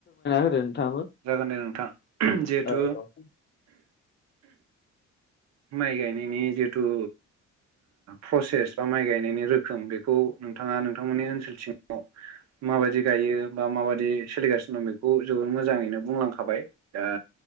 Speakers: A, on the left; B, on the right.
A: होदो नोंथाङाबो
B: जागोन दे नोंथां जिहेथु
A: औ औ
B: माइ गायनायनि जिहेतु प्रसेस बा माइ गायनायनि रोखोम बेखौ नोंथाङा नोंथांमोननि ओनसोलथिं माबायदि गायो बा माबायदि सोलिगासिनो दं बेखौ जोबोर मोजाङैनो बुंलांखाबाय। दा